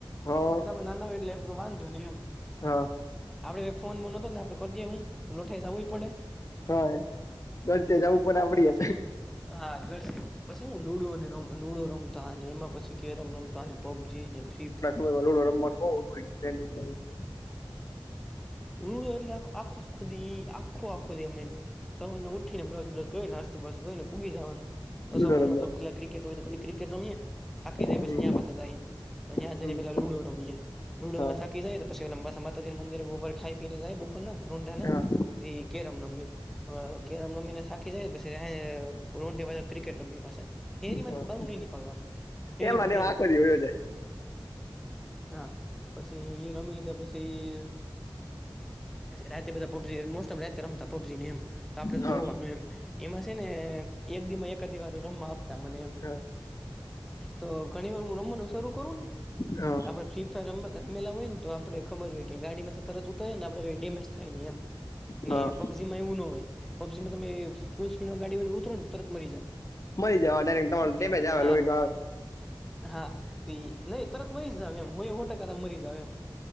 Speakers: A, on the left (about 40°); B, in the centre.
A: હા
B: પ આપડે નાના હોય એટલે વાંધો નહી એમ.
A: હા
B: આપડે ફોનમાં નહોતો ને આપડે કરીએ હું તો લોઠાઈ સવું પડે.
A: હય ઘરચે જવું પણ આપડીએ.
B: તે પછી હા ઘ પછી હું લુડો ર લુડો રમતા એમાં પછી કેરમ રમતા ને પબજી અનેને ફ્રી ફાયર
A: વલુ માટે છે.
B: રૂડ એટલે આખો આખો દ આખો આખો દ સવારનું ઉઠીને બ્રસ-બ્રસ કરીન, નાસ્તો-બાસતો કરીને પૂગી જાવાનું. તો
A: લુડો
B: સવાર
A: રમવા
B: માં જો પેલા ક્રિકેટ હોય તો ઘડી ક્રિકેટ રમી થાકી જાય
A: હમ
B: પછી પાસે જઈએ. તો ત્યાં
A: હમ
B: જઈને પેલા લુડો રમીએ લુડો
A: હા
B: થાકી જાય તો પછીઅંબા માતાજી ના મંદિર બપર ખાઈ પીને જાય. ન રુંડાના
A: હા
B: તે કેરમ રમીયા કેરમ રમીને થાકી જાય પછી રો <unintelligible> ક્રિકેટ રમીએ પાસે હેરીમન
A: હા
B: બારું નહી નીકળવાનું હેરીમન
A: એમાં ને એમાં
B: હેરીમન
A: આખો દી વયો જાય
B: હા પછી હી રમી લીધા પછી રાતે બધા પબજી મોસ્ટ ઓફ રાતે રમતા પબજી ને એમ તો આપડે તો
A: હા
B: જોવાનું એમ એમાં છે ને એક દી એકી વાર રમવા તમને
A: હા
B: તો ઘણી વાર હું રમવાનું શરૂ કરું ને
A: હા
B: આપડે ફ્રી ફાયર રમ રમેલા હોય ને તો આપણે ખબર હોય કે ગાડીમાંથી તરતરી ને આપડે કઈ ડેમેજ થાય ન એમ ને
A: હા
B: પબજી માં એવું ના હોય પબજીમાં તમે ફૂલ સ્પીડમાં ગાડી હોય ને ઉતર ને તરત મરી જાવ.
A: મરી જવા ડાયરેક્ટ તમારો
B: તિમ
A: ડેમેજ આવે
B: હા
A: લોહી નો આવે
B: હા તે નહી તરત મરી જાવ એમ હય હો ટકા હતા મરી જાવ એમ